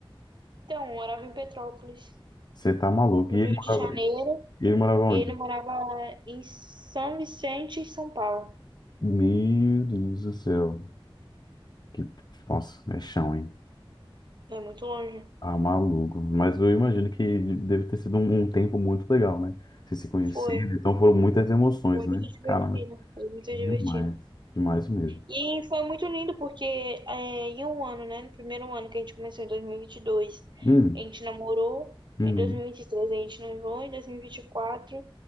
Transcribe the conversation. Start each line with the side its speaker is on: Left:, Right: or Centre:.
Right: Então, eu morava em Petrópolis,
Left: Você tá maluco.
Right: no
Left: E ele
Right: Rio
Left: morava,
Right: de Janeiro,
Left: e ele morava onde?
Right: e ele morava em São Vicente, em São Paulo.
Left: Meu Deus do céu. Que, nossa, é chão, hein?
Right: É muito longe.
Left: Ah, maluco. Mas eu imagino que deve ter sido um, um tempo muito legal, né? Vocês se conheceram,
Right: Foi.
Left: então foram muitas emoções,
Right: Foi
Left: né?
Right: muito divertido,
Left: Caramba,
Right: foi muito
Left: que
Right: divertido.
Left: demais. Demais mesmo.
Right: E foi muito lindo porque é, em um ano, né? No primeiro ano que a gente começou, em 2022,
Left: Hum,
Right: a gente namorou.
Left: uhum.
Right: Em 2023 a gente noivou, em 2024